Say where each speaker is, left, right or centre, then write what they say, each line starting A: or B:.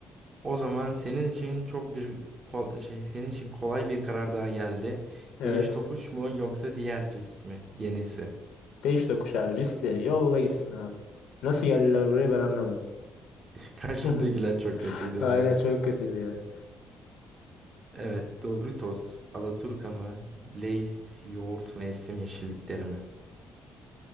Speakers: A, on the right; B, on the left.
A: O zaman senin için çok bir kol- şey senin için kolay bir karar daha geldi.
B: Evet.
A: Değiş tokuş mu yoksa diğer risk mi? Yenisi.
B: Değiş tokuş abi. Riskleri yolla gitsin abi. Nasıl geldiler buraya ben anlamadım.
A: Karşındakiler
B: <laughs>
A: çok kötüydü
B: Aynen
A: onların.
B: çok kötüydü ya.
A: Evet, Doritos, Alaturka mı? Lay's, yoğurt, mevsim yeşillikleri mi?